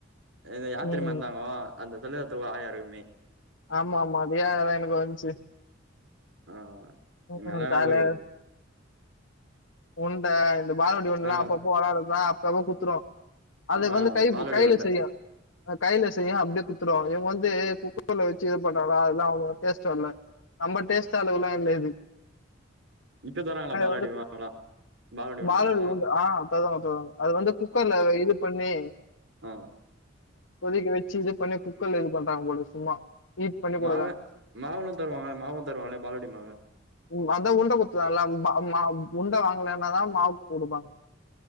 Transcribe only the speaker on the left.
ம்
ஆமாமா அதே ஆயாதா எனக்கு வந்ச்சு
<unintelligible>
உண்ட இந்த பால்வாடி <unintelligible>
அப்பப்போ வெளாடறதா செம குத்துரோ அது
வந்து கை
கைல
சரியா கைல செய்யு அப்டியே குடுத்துருவாங்க இவுங்க வந்து குக்கர்ல வெச்சு எதோ பண்றாங்கள்ள அதெல்லா அவ்ளோ டேஸ்டு வர்ல நம்ம டேஸ்ட் அளவுல இல்ல இது
ஆனா
இது வந்து
பால்வாடி உருண்ட ஆ தருவாங்க தருவாங்க அது வந்து குக்கர்ல இது பண்ணீ
தூக்கி வெச்சு இது பண்ணி குக்கர்ல இது பண்றாங்க போல சும்மா ஹீட் பண்ணி
குடுக்குறாங்க
ம் அதா உருண்ட குத்துராங்கல்ல அவ்வா அவ் ம் மா உண்ட வாங்கலனாதா மாவு குடுப்பாங்க